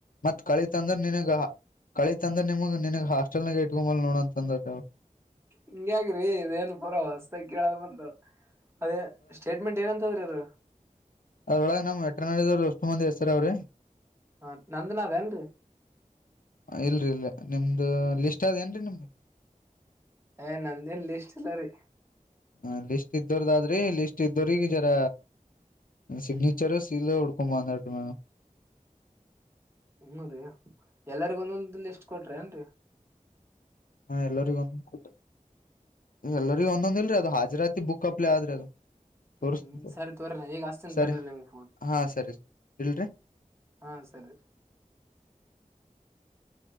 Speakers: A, on the left; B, on the right.
A: ಮತ್ ಕಳಿತ ಅಂದ್ರೆ ನಿನಗ ಕಳಿತತ್ ಅಂದ್ರ ನಿಮಗ್ ನಿನಗ್ ಹಾಸ್ಟೆಲ್ ನಾಗ ಇಟ್ಕೊಂಬಲ್ ನೋಡ ಅಂತ ಅಂದ್ರವು
B: ಹಿಂಗ್ಯಗ್ರಿ ಇದೇನ್ ಪರ ಹೊಸ ಕೇಳದ್ ಬಂತಾರ ಅದೇ ಸ್ಟೇಟ್ಮೆಂಟ್ ಏನಂತದ್ರೀ ಅ
A: ಅದ್ರೊಳಗೆ ನಮ್ ವೆಟ್ರನಡದವ್ರರು ಅಷ್ಟು ಮಂದಿ ಹೆಸರ ಅವ್ರಿ
B: ಹ ನಂದನಾ ವೇಂದು
A: ಇಲ್ರಿ ಇಲ್ ನಿಮ್ದ ಲಿಸ್ಟ್ ಅದ ಏನ್ರರಿ ನಿಮ್ದು
B: ಏ ನಂದನ್ ಲ ಇಷ್ಟಲ್ಲ ರೀ
A: ಹ ಲಿಸ್ಟ್ ಇದ್ದವರದ ಆದ್ರಿ ಲಿಸ್ಟ್ ಇದ್ದೋರಗ ಜರ ಸಿಗ್ನೀಚರ್ ಸೀಲ ಉಡುಕೊಂದಟ ಮೇಡ
B: ಹದೀ ಎಲ್ಲರಿಗ ಒಂದೊಂದು ಲಿಸ್ಟ್ ಕೊಟ್ರಿ ಏನ್ರಿ
A: ಹಾ ಎಲ್ಲರಿಗ ಒಂದ ಕೊ ಎಲ್ಲರಿಗ ಒಂದೊಂದ ಇಲ್ರಿ ಅದ ಹಾಜರತಿ ಬುಕ್ಪ್ ಆದಾದರೆದು ತೋತ
B: ಹ್ಮ್ ಸರಿ ತೋರಿ ನಾ ಈಗ ಹಚ್ತೀನ್
A: ಸರಿ
B: ತಡ್ರಿ ನಿಮ್ಗ್ ಫೋನ್
A: ಹಾ ಸರಿ ಸರಿ ಇಲ್ರಿ
B: ಹಾ ಸರಿ
A: <inaudible>